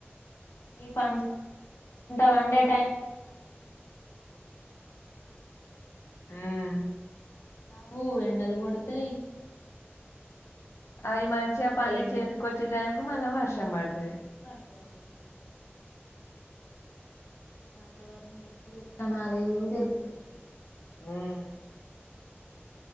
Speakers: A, on the left; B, on the left.
A: ఇప్ప వానలు
B: ఉమ్
A: బు ఎండలు కొడతాయి
B: అవి
A: వచ్చిన
B: మంచిగా
A: మొలకలు
B: పండి
A: ఎండిపోతాయి
B: చేతికిొచ్చే టైం కు మళ్ళా వర్షం పడుత ది
A: పడతాయి వాతావరణం ఎప్పుడు ఎట్లా మారేదివో తెలుతులే
B: హమ్